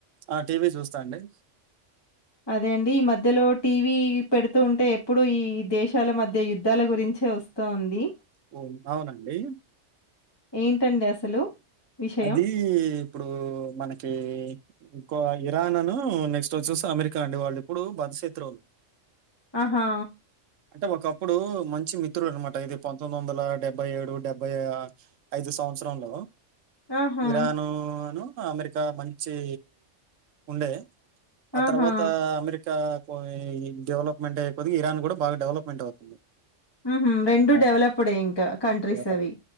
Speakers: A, on the right; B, on the left.
A: ఆ! టీవీ చూస్తా అండి.
B: అదే అండి ఈ మధ్యలో టీవీ పెడుతూ ఉంటే ఎప్పుడు ఈ దేశాల మధ్య యుద్ధాల గురించే వస్తూంది
A: ఓ అవునండి
B: ఏంటండి అసలు విషయం
A: అది ఇప్పుడు మనకి ఇంకో ఇరాన్ అను నెక్స్ట్ వచ్చేసి అమెరికా అండి వాళ్ళు ఎప్పుడు బద్దశత్రువులు
B: ఆహా
A: అంటే ఒకప్పుడు మంచి మిత్రుడు అనమాట ఏది పంతొమ్మిది వందల డెబ్బై ఏడు డెబ్బై ఐదు సంవత్సరంలో
B: ఆహా
A: ఇరాను అను అమెరికా మంచి ఉండే ఆ
B: ఆహా
A: తర్వాత అమెరికా పోయే ఈ డెవోలోప్మెంట్ ఐయేకొద్ది ఇరాన్ కూడా బాగా డెవలప్మెంట్ అవుతుంది
B: హు హు రెండు
A: ఆ!
B: దేవాలప్డ్ ఇంకా కంట్రీస్
A: డెవలప్.
B: అవి